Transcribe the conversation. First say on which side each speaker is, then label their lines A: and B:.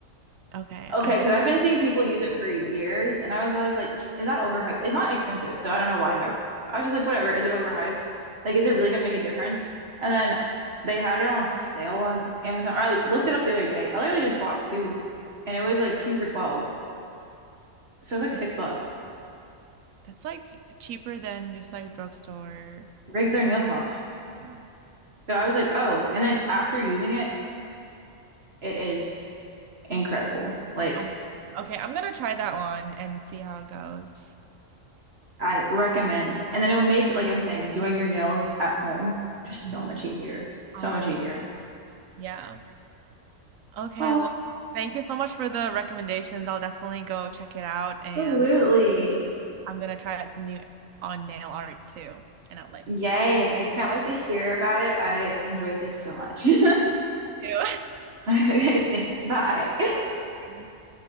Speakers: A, on the right; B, on the right.
A: Okay,
B: Okay,
A: I got
B: because I've been seeing people use it for years, and I was always like, is that overhyped? It's not expensive, so I don't know why I never. I was just like, whatever, is it overhyped? Like, is it really gonna make a difference? And then they had it on sale on Amazon. Or I looked it up the other day. I literally just bought two, and it was like two for 12. So it was like
A: Damn.
B: six bucks,
A: That's like cheaper than just like drugstore.
B: regular nail polish.
A: Yeah.
B: So I was like, oh. And then after using it, it is incredible. Like,
A: Um, okay, I'm gonna try that one and see how it goes.
B: I recommend. And then it'll make, like I'm saying, doing your nails at home just
A: Mhm.
B: so much easier.
A: I
B: So much
A: know.
B: easier.
A: Yeah. Okay.
B: Well,
A: Well, thank you so much for the recommendations. I'll definitely go check it out and
B: Absolutely.
A: uh, I'm gonna try out some new on nail art too, and I'll let
B: yay.
A: you know.
B: I can't wait to hear about it. I enjoyed this so much. <laughs> <laughs>
A: Ew.
B: Thanks. Bye.
A: <laughs>